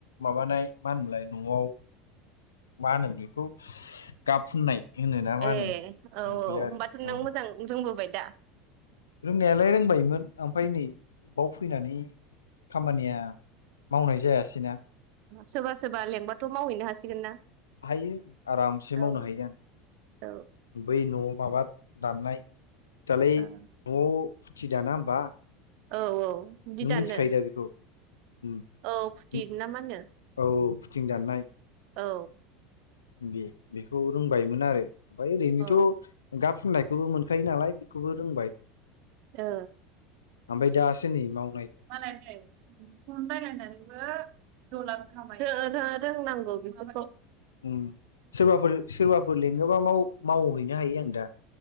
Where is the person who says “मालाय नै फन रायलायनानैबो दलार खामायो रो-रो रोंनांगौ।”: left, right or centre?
Right